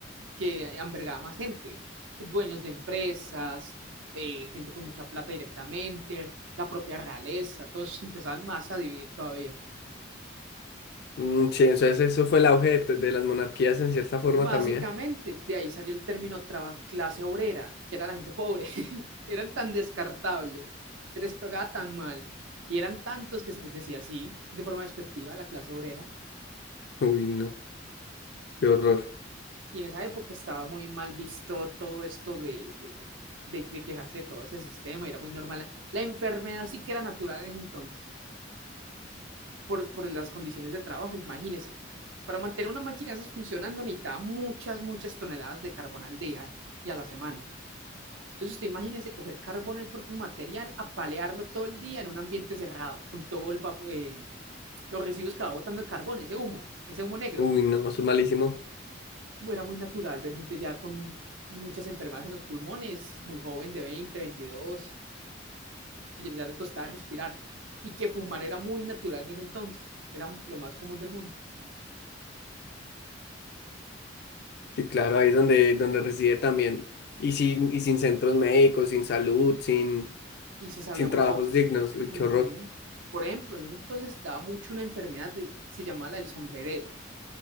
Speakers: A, on the right; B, on the left.
A: que albergaba más gente, dueños de empresas, eh, gente con mucha plata directamente, la propia realeza, todos se empezaban más a dividir todavía.
B: Mm, sí, entonces eso fue el auge de, de las monarquías en cierta forma
A: Básicamente,
B: también.
A: de ahí salió el término traba- clase obrera, que era la gente pobre. <laughs> Eran tan descartables, se les pegaba tan mal, y eran tantos que se les decía así, de forma despectiva, la clase obrera.
B: Uy, no, qué horror.
A: Y, y en esa época estaba muy mal visto todo esto de, de, de- de quejarse de todo ese sistema, era muy normal. La enfermedad sí que era natural en ese entonces, por, por las condiciones de trabajo, imagínese. Para mantener una máquina de esas funcionando necesitaba muchas, muchas toneladas de carbón al día y a la semana. Entonces, usted imagínese coger carbón, el propio material, apalearlo todo el día en un ambiente cerrado, con todo el, vapo- el- el- los residuos que va botando el carbón, ese humo, ese humo negro.
B: Uy, no, eso es malísimo.
A: Era muy natural ver gente ya con muchas enfermedades en los pulmones, muy joven, de 20, 22, que ya les costaba respirar. Y que fumar era muy natural en ese entonces, era lo más común del mundo.
B: Sí, claro, ahí es donde, donde reside también. Y sin, y sin centros médicos, sin salud, sin,
A: Y se sabía
B: sin
A: muy
B: trabajos
A: poco.
B: dignos. Uy,
A: Ujú.
B: qué horror.
A: Por ejemplo, en ese entonces daba mucho una enfermedad, de- se llamaba la del sombrerero,